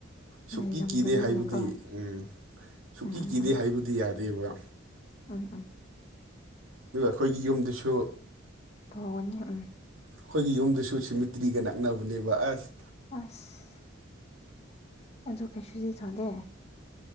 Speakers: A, on the right (about 85°); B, on the left (about 30°).
A: ꯁꯨꯛꯀꯤ
B: ꯂꯩꯔꯝꯒꯅꯤꯅꯦꯀꯣ
A: ꯀꯤꯗꯦ ꯍꯥꯏꯕꯨꯗꯤ ꯎ ꯁꯨꯛꯀꯤ
B: ꯎꯝ ꯎꯝ
A: ꯀꯤꯗꯦ
B: ꯎꯝ
A: ꯍꯥꯏꯕꯨꯗꯤ ꯌꯥꯗꯦꯕ
B: ꯎꯝ ꯑꯥ
A: ꯑꯗꯨꯒ ꯑꯩꯈꯣꯏꯒꯤ ꯌꯨꯝꯗꯨꯁꯨ
B: ꯇꯧꯒꯅꯤ ꯎꯝ
A: ꯑꯩꯈꯣꯏꯒꯤ ꯌꯨꯝꯗꯁꯨ ꯁꯤꯃꯤꯇ꯭ꯔꯤꯒ ꯅꯛꯅꯕꯅꯦꯕ ꯑꯁ
B: ꯑꯁ ꯑꯖ ꯀꯩꯁꯨꯗꯗꯤ ꯊꯅꯦꯦ